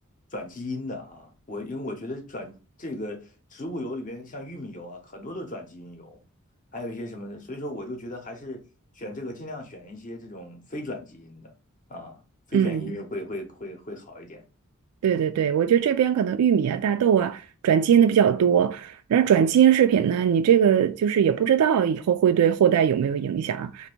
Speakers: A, on the left; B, on the right.
A: 转基因的啊？我因为我觉得转这个植物油里边，像玉米油啊，很多都是转基因油，还有一些什么的，所以说我就觉得还是选这个，尽量选一些这种非转基因的啊，非转基因嗯会会会会好一点。
B: 嗯。对对对，我觉得这边可能玉米啊、大豆啊转基因的比较多，然后转基因食品呢，你这个就是也不知道以后会对后代有没有影响。